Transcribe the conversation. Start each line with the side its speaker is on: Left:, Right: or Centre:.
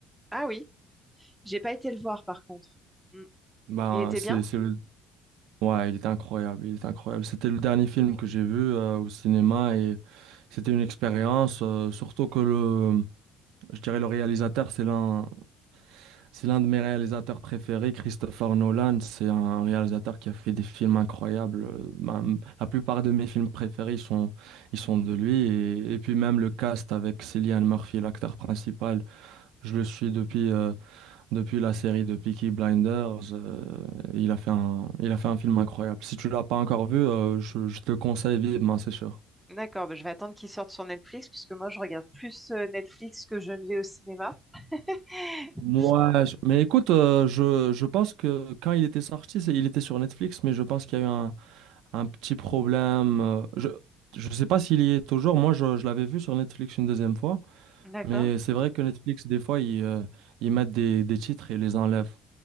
Centre: Ah oui, j'ai pas été le voir par contre. Mm.
Right: Bah
Centre: Il était
Right: c'est
Centre: bien?
Right: c'est le ouais, il était incroyable, il était incroyable. C'était le dernier film que j'ai vu euh, au cinéma C'était une expérience, euh, surtout que le, je dirais le réalisateur, c'est l'un, c'est l'un de mes réalisateurs préférés, Christopher Nolan. C'est un réalisateur qui a fait des films incroyables. Euh, ma- m- la plupart de mes films préférés, ils sont, ils sont de lui. Et, et puis même le cast avec Cillian Murphy, l'acteur principal, je le suis depuis, euh, depuis la série de Peaky Blinders. Euh, il a fait un, il a fait un film incroyable. Si tu l'as pas encore vu, euh, je, je te le conseille vivement, c'est sûr.
Centre: D'accord, bah, je vais attendre qu'il sorte sur Netflix puisque moi je regarde plus euh, Netflix que je ne vais au cinéma. <laughs>
Right: Moi, je- mais écoute, euh, je, je pense que quand il était sorti, c'est- il était sur Netflix, mais je pense qu'il y a eu un, un petit problème. euh, je je sais pas s'il y est toujours. Moi, je, je l'avais vu sur Netflix une deuxième fois,
Centre: D'accord.
Right: mais c'est vrai que Netflix, des fois, ils, euh, ils mettent des, des titres et les enlèvent.